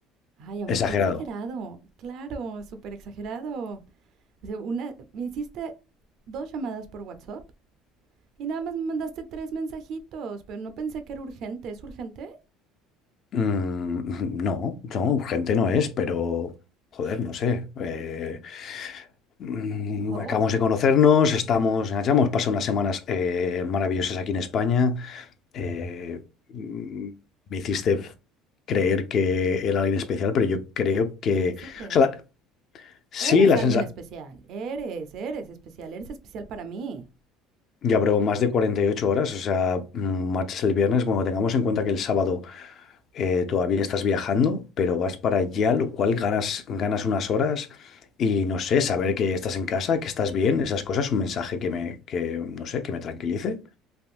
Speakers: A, on the right; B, on the left.
A: Ay, amor,
B: exagerado.
A: qué exagerado. Claro, súper exagerado. O sea, una, me hiciste dos llamadas por WhatsApp Y nada más me mandaste tres mensajitos, pero no pensé que era urgente. ¿Es urgente?
B: Mm, no, no, urgente no es, pero joder, no sé. eh, mm,
A: Oh,
B: acabamos de conocernos, estamos, ya hemos pasado unas semanas eh, maravillosas aquí en España. eh, mm, me hiciste creer que era alguien especial, pero yo creo que,
A: te hice creer.
B: o sea, la- sí,
A: Eres
B: la
A: alguien
B: sensación.
A: especial, eres, eres especial, eres especial para mí.
B: Ya, pero más de 48 horas, o sea, mm, marchas el viernes. Bueno, tengamos en cuenta que el sábado eh, todavía estás viajando, pero vas para allá, lo cual ganas, ganas unas horas y no sé, saber que estás en casa, que estás bien, esas cosas, un mensaje que me, que, no sé, que me tranquilice.